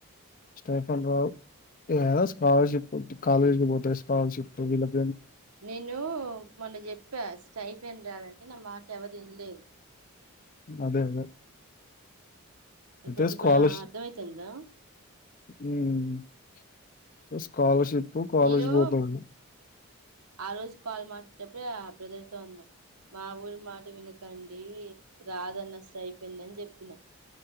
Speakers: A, on the left; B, on the right.
A: స్టైఫన్ రావు ఏ స్కాలర్షిప్ కాలేజ్ కి పోతే స్కాలర్షిప్ త్ వీళ్ళక్
B: నేను మొన్న చెప్పా స్టైఫెన్ రాదంటే నా మాట్ ఎవరిన్లే
A: అదే అదే అయితే
B: ఇప్పుడు ఇప్పుడు
A: స్కాలర్షిప్
B: అర్థమైతుందా
A: ఉమ్ స్కాలర్షిప్ కు కాలేజ్
B: నేను
A: పోతాడు
B: ఆ రోజు పాలు మన్పీచేటప్పుడే ఆ బ్రదర్ తో అన్నా మా ఊరి మాట వినకండి రాదన్న సైపందని చెప్పిన